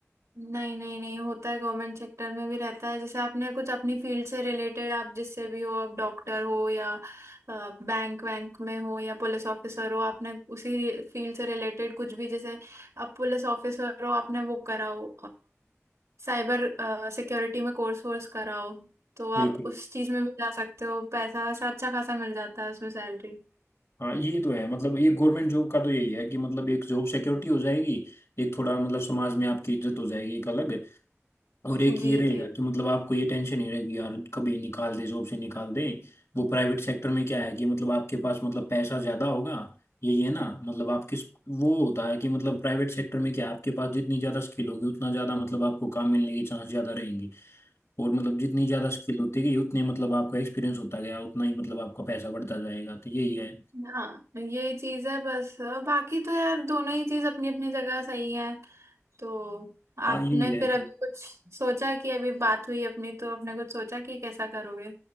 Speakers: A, on the right; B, on the left.
A: नहीं नहीं नहीं होता है गवर्नमेंट सेक्टर में भी रहता है जैसे आपने कुछ अपनी फील्ड से रिलेटेड आप जिससे भी हो आप डॉक्टर हो या बैंक वैंक में हो या पुलिस ऑफिसर हो आपने उसी फील्ड से रिलेटेड कुछ भी जैसे आप पुलिस ऑफिसर हो आपने वो कराओ साइबर सिक्योरिटी में कोर्स वोर्स कराओ तो
B: बिल्कुल
A: आप उस चीज में भी जा सकते हो पैसा वैसा अच्छा खासा मिल जाता है उसमें सैलरी
B: हाँ ये तो है मतलब ये गवर्नमेंट जॉब का तो यही है कि मतलब एक जॉब सिक्योरिटी हो जाएगी एक थोड़ा मतलब समाज में आपकी इज्जत हो जाएगी एक अलग और एक
A: जी
B: ये रहेगा
A: जी
B: कि मतलब आपको ये टेंशन नहीं रहेगी यार कभी निकाल दे जॉब से निकाल दे वो प्राइवेट सेक्टर में क्या है कि मतलब आपके पास मतलब पैसा ज्यादा होगा ये ये ना मतलब आप किस वो होता है कि मतलब प्राइवेट सेक्टर में क्या है, आपके पास जितनी ज्यादा स्किल होगी उतना ज्यादा मतलब आपको काम मिलने के चांस ज्यादा रहेंगे और मतलब जितनी ज्यादा स्किल होती गई उतने मतलब आपका एक्सपीरियंस होता गया उतना ही मतलब आपका पैसा बढ़ता जाएगा तो यही है
A: हाँ तो ये चीज है बस बाकी तो यार दोनों ही चीज अपनी अपनी जगह सही है तो
B: हाँ
A: आपने
B: यही है
A: फिर अभी कुछ सोचा कि अभी बात हुई अपनी तो आपने कुछ सोचा कि कैसा करोगे